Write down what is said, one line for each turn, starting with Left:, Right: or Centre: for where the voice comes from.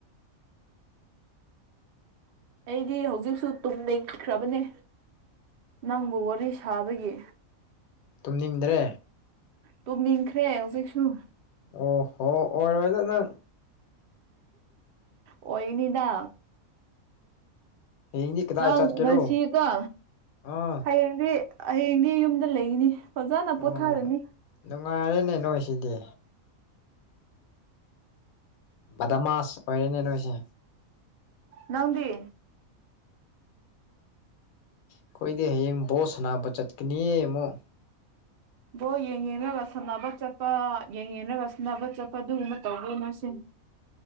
Right: ꯑꯩꯗꯤ ꯍꯧꯖꯤꯛꯁꯨ ꯇꯨꯝ ꯂꯩꯈ꯭ꯔꯕꯅꯦ ꯅꯪꯕꯨ ꯋꯥꯔꯤ ꯁꯥꯕꯒꯤ
Left: ꯇꯨꯝꯅꯤꯡꯗ꯭ꯔꯦ
Right: ꯇꯨꯝꯅꯤꯡꯈ꯭ꯔꯦ ꯍꯧꯖꯤꯛꯁꯨ
Left: ꯑꯣ ꯍꯣ ꯑꯣꯏ ꯍꯣꯏꯗꯗ
Right: ꯑꯣꯏꯒꯅꯤꯗ
Left: ꯍꯌꯦꯡꯗꯤ ꯀꯗꯥꯏ
Right: ꯅꯪ
Left: ꯆꯠꯀꯦꯔꯣ
Right: ꯉꯁꯤꯀꯣ
Left: ꯑꯥ
Right: ꯍꯌꯦꯡꯗꯤ ꯍꯌꯦꯡꯗꯤ ꯌꯨꯝꯗ ꯂꯩꯒꯅꯤ ꯐꯖꯅ ꯄꯣꯊꯥꯔꯅꯤ
Left: ꯑꯣ ꯅꯨꯡꯉꯥꯏꯔꯦꯅꯦ ꯅꯣꯏꯁꯤꯗꯤ ꯗꯃꯁ ꯑꯣꯏꯔꯦꯅꯦ ꯂꯣꯏꯁꯦ
Right: ꯅꯪꯗꯤ
Left: ꯑꯀꯣꯏꯗꯤ ꯍꯌꯦꯡ ꯕꯣꯁ ꯁꯥꯅꯕ ꯆꯠꯀꯅꯤꯌꯦ ꯑꯃꯨꯛ
Right: ꯕꯣ ꯌꯦꯡꯉꯔꯒ ꯁꯥꯟꯅꯕ ꯆꯠꯄ ꯌꯦꯡꯉꯔꯒ ꯁꯅꯕ ꯆꯠꯄ ꯑꯗꯨꯒꯨꯝꯕ ꯇꯧꯕꯤꯣꯏ ꯅꯣꯏ ꯁꯤꯅꯤ